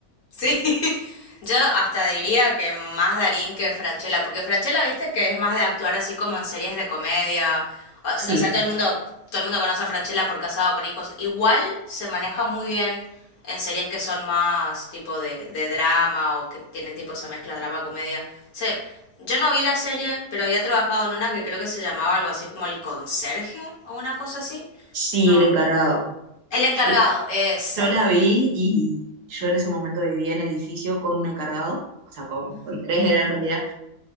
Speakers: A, on the left; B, on the right.
A: sí. <laughs> Yo hasta diría que más Darín que Franchella, porque Franchella, viste, que es más de actuar así como en series de comedia. O
B: Sí,
A: o sea, todo el mundo, todo el mundo conoce a Franchella por casado con hijos. Igual se maneja muy bien en series que son más tipo de, de drama o que tienen tipo esa mezcla drama-comedia. Sí, yo no vi la serie, pero había trabajado en una que creo que se llamaba algo así como El Conserje o una cosa así.
B: sí,
A: No,
B: el encargado.
A: El Encargado,
B: Yo la,
A: esa,
B: yo la vi y yo en ese momento vivía en edificio con un encargado, o sea, con, con tres era en realidad,